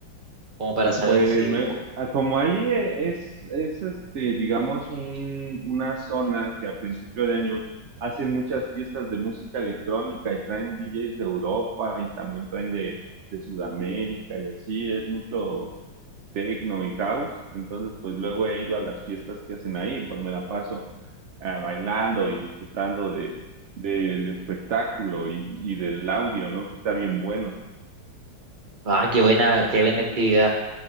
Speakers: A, on the right; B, on the right.
A: Como para
B: Mm,
A: saber
B: Pues
A: si...
B: me,
A: po-
B: a- como ahí eh, es, es este, digamos, un, una zona que a principio de año hacen muchas fiestas de música electrónica y traen DJs de Europa y también traen de, de Sudamérica y así, es mucho techno y house, entonces pues luego he ido a las fiestas que hacen ahí, pues me la paso ah, bailando y disfrutando de, del espectáculo y, y del audio, ¿no? Que está bien bueno.
A: Ah, qué buena, qué buena actividad.